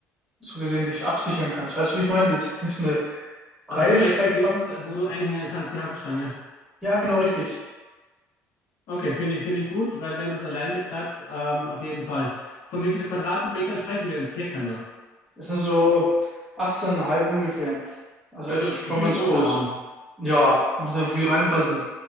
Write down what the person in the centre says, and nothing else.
so gesehen dich absichern kannst. Weißt du, wie ich meine? Das ist nicht so eine freie
Schrägbank.
Ja, genau richtig.
Das sind so 18,5 ungefähr. Also
echt
schon
ganz
groß.
Ja, muss ja viel reinpassen.